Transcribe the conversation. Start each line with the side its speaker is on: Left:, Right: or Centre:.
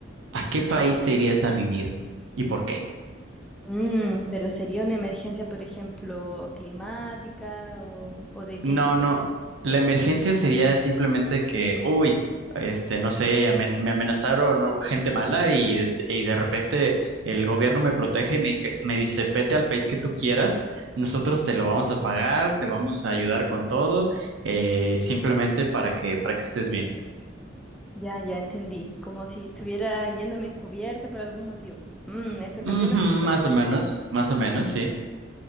Right: ¿a qué país te irías a vivir y por qué?
Centre: Mm, pero sería una emergencia, por ejemplo, climática o, o de qué
Right: No,
Centre: tipo.
Right: no. La emergencia sería simplemente que, uy, este, no sé, amen- me amenazaron ¿no? gente mala y, de y de repente el gobierno me protege y me, dije- me dice, vete al país que tú quieras, nosotros te lo vamos a pagar, te vamos a ayudar con todo, eh, simplemente para que, para que estés bien.
Centre: Ya, ya entendí. Como si estuviera yéndome encubierto por algún motivo. Mm, eso
Right: Ujú,
Centre: cambia las
Right: más
Centre: cosas.
Right: o menos, más o menos, sí.